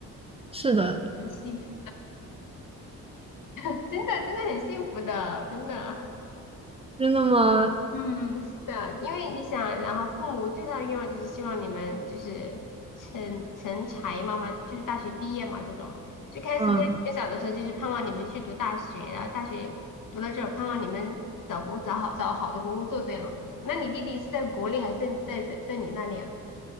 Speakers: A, on the right; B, on the left.
A: 是的，
B: 很幸福，<laughs> 真的真的很幸福的，真的。
A: 真的吗？
B: 嗯，是的，因为你想，然后父母最大的愿望就是希望你们就是成成才嘛，或就是大学毕业嘛，这种最开始在你们小的时候就是盼望你们去读大学，
A: 嗯。
B: 然后大学读了之后盼望你们找工找好找好的工作这样子。那你弟弟是在国内还是在在在你那里啊？